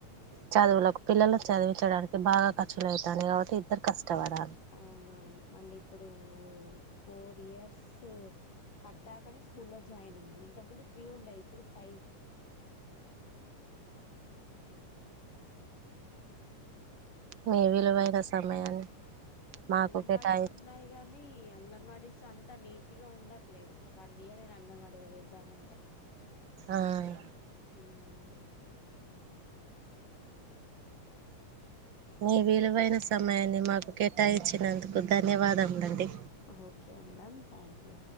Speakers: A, on the right (about 60°); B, on the left (about 80°).
A: చదువులకు పిల్లలను చదివించడానికి బాగా ఖర్చులు అయితున్నాయి కాబట్టి ఇద్దరు కష్ట. కవరా.
B: అవునవును మళ్ళీ ఇప్పుడు ఫోర్ ఇయర్స్ పడ్డాకనే స్కూల్లో జాయినింగ్. ఇంతకు ముందు త్రీ ఉండే ఇప్పుడు ఫైవ్.
A: మీ విలువైన సమయాన్ని. మాకు
B: అంగన్వాడీస్
A: కేటాయి
B: ఉన్నాయి గానీ అంగన్వాడీస్. అంతా నీట్గా ఉండట్లేదు వన్ ఇయర్ అయిన అంగన్వాడీలో వేద్దామంటే.
A: ఆహ్.
B: ఉమ్.
A: మీ విలువైన సమయాన్ని మాకు కేటాయించినందుకు ధన్యవాదాలు అండి.
B: Okay ma'am thank you.